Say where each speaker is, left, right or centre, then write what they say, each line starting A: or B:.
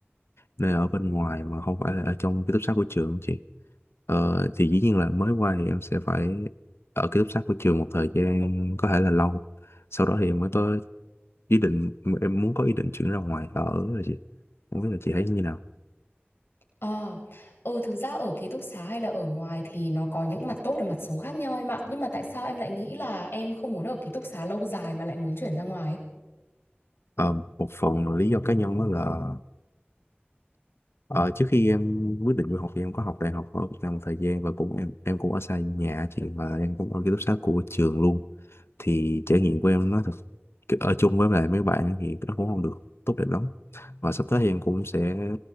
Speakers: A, on the left; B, on the left.
A: nơi ở bên ngoài mà không phải là ở trong ký túc xá của trường chị Ờ, thì dĩ nhiên là mới qua thì em sẽ phải ở ký túc xá của trường một thời gian có thể là lâu sau đó thì em mới có ý định em muốn có ý định chuyển ra ngoài ở rồi chị không biết là chị thấy như nào
B: ờ ừ thực ra ở ký túc xá hay là ở ngoài thì nó có những mặt tốt và mặt xấu khác nhau em ạ nhưng mà tại sao em lại nghĩ là em không muốn ở ký túc xá lâu dài mà lại muốn chuyển ra ngoài
A: Ờ, một phần lý do cá nhân đó là Ờ, trước khi em quyết định du học thì em có học đại học ở Việt Nam một thời gian và cũng em em cũng ở xa nhà chị và em cũng ở ký túc xá của trường luôn thì trải nghiệm của em nó thật cái- ở chung với lại mấy bạn thì nó cũng không được tốt đẹp lắm và sắp tới thì em cũng sẽ